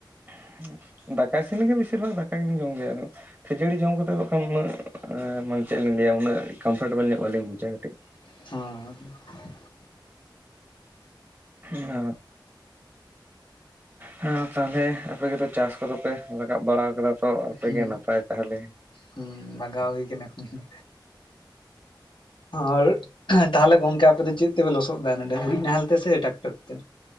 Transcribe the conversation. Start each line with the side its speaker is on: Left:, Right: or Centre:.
Right: <inaudible> ᱫᱟᱠᱟ ᱤᱥᱤᱱ ᱞᱮᱱᱠᱷᱟᱱ ᱵᱮᱥᱤᱨ ᱵᱷᱟᱜᱽ ᱫᱟᱠᱟ ᱜᱮᱞᱤᱧ ᱡᱚᱢ ᱜᱮᱭᱟ ᱾ ᱟᱫᱚ ᱠᱷᱟᱹᱡᱟᱹᱲᱤ ᱡᱚᱢ ᱠᱟᱛ ᱮᱫ ᱵᱟᱠᱷᱟᱱ ᱩᱱᱟᱹᱜ ᱢᱟᱱᱮ ᱪᱮᱫ ᱞᱤᱧ ᱞᱟᱹᱭᱟ ᱩᱱᱟᱹᱜ ᱠᱚᱢᱯᱷᱚᱨᱴᱮᱵᱮᱞ ᱧᱚᱜ ᱵᱟᱞᱤᱧ ᱵᱩᱡᱟ ᱠᱟᱹᱴᱤᱡ ᱾
Left: ᱦᱩᱸ ᱾
Right: ᱦᱚ ᱦᱮᱸ ᱛᱟᱦᱚᱞᱮ ᱟᱯᱮ ᱠᱚᱫᱚ ᱪᱟᱥ ᱠᱚᱫᱚ ᱯᱮ ᱨᱟᱠᱟᱵ ᱵᱟᱲᱟ ᱟᱠᱟᱫᱟ? ᱛᱚ ᱟᱯᱮᱜᱮ
Left: ᱦᱩᱸ
Right: ᱱᱟᱯᱟᱭ ᱛᱟᱦᱚᱞᱮ
Left: ᱦᱩᱸ ᱵᱟᱜᱟᱣ ᱦᱩᱭ ᱟᱠᱟᱱᱟ ᱮᱠᱷᱚᱱ ᱫᱚ᱾ ᱟᱨ ᱛᱟᱦᱞᱮ ᱜᱚᱝᱠᱮ ᱟᱯᱮ ᱫᱚ ᱪᱮᱫ ᱛᱮᱯᱮ ᱞᱚᱥᱚᱫ ᱮᱫᱟ? ᱚᱱᱮ ᱰᱟᱺᱜᱨᱤᱡ ᱱᱟᱦᱮᱞ ᱛᱮ ᱥᱮ ᱴᱟᱠᱴᱟᱨ ᱛᱮ?